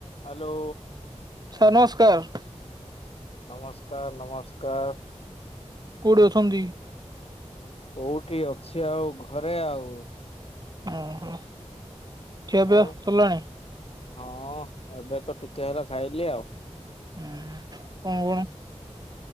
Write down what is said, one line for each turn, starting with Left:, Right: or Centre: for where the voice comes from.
Left: Hello.
Right: Sir ନମସ୍କାର।।
Left: ନମସ୍କାର ନମସ୍କାର।
Right: କୋଉଠି ଅଛନ୍ତି?
Left: କୋଉଠି ଅଛି ଆଉ ଘରେ ଆଉ।
Right: ଓହୋ ଖିଆପିଆ
Left: ଆଉ
Right: ସାରିଲାଣି?
Left: ହଁ ଏବେ ତ ଟିକେ ହେଲା ଖାଇଲି ଆଉ।
Right: ହଁ କଣ କଣ